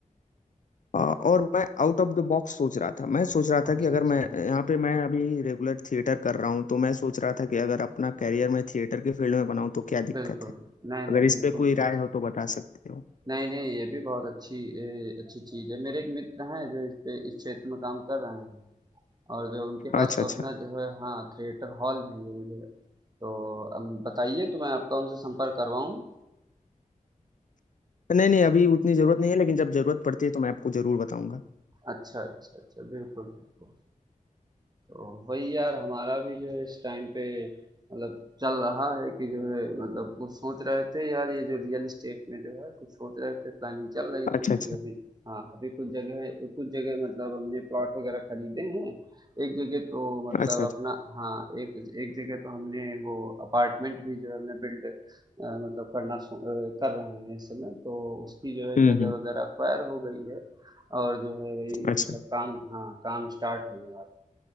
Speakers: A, on the left; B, on the right.
A: आ, और मैं आउट ऑफ द बॉक्स सोच रहा था मैं सोच रहा
B: अच्छा,
A: था कि अगर
B: अच्छा।
A: मैं यहाँ पे मैं अभी रेगुलर थिएटर कर रहा हूँ तो मैं सोच रहा था कि अगर अपना करियर मैं थिएटर के फील्ड में बनाऊँ तो क्या दिक्कत
B: बिल्कुल।
A: है
B: नहीं,
A: अगर
B: नहीं
A: इस
B: बिल्कुल
A: पे कोई
B: कोई
A: राय
B: सा-
A: हो तो बता सकते हो
B: नहीं, नहीं ये भी बहुत अच्छी ए, अच्छी चीज़ है। मेरे एक मित्र हैं जो इस पे इस क्षेत्र में काम कर रहे हैं और जो उनके पास
A: अच्छा
B: तो
A: अच्छा
B: अपना जो है हाँ थिएटर हॉल भी है मुझे तो अब बताइए तो मैं आपका उनसे संपर्क करवाऊँ
A: नहीं नहीं अभी उतनी जरूरत नहीं है लेकिन जब जरूरत पड़ती है तो मैं आपको जरूर बताऊंगा
B: अच्छा अच्छा अच्छा बिल्कुल बिल्कुल तो वही यार हमारा भी जो है इस टाइम पे मतलब चल रहा है कि जो है मतलब कुछ सोच रहे थे यार ये जो रियल एस्टेट में जो है कुछ सोच रहे थे प्लानिंग चल रही
A: अच्छा
B: थी कि
A: अच्छा
B: अभी हाँ अभी कुछ जगह कुछ जगह मतलब हमने प्लॉट वगैरह खरीदे हैं एक जगह तो मतलब
A: अच्छा अच्छा
B: अपना हाँ एक एक जगह तो हमने वो अपार्टमेंट भी जो है हमने बिल्ड मतलब करना सो- अ, कर रहे हैं इस समय तो उसकी जो है
A: हम्म
B: जगह
A: हम्म
B: वगैरह अक्वायर हो गई है और जो है वही
A: अच्छा
B: मतलब काम हाँ काम स्टार्ट होने वाला है